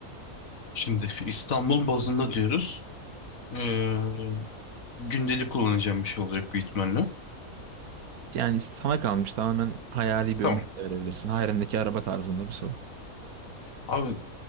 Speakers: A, on the left; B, on the right.
A: Şimdi İstanbul bazında diyoruz. Ee, gündelik kullanacağım bir şey olacak büyük ihtimalle.
B: Yani sana kalmış tamamen hayali bir
A: Tamam.
B: örnek de verebilirsin. Hayalindeki araba tarzında bir soru.
A: Abi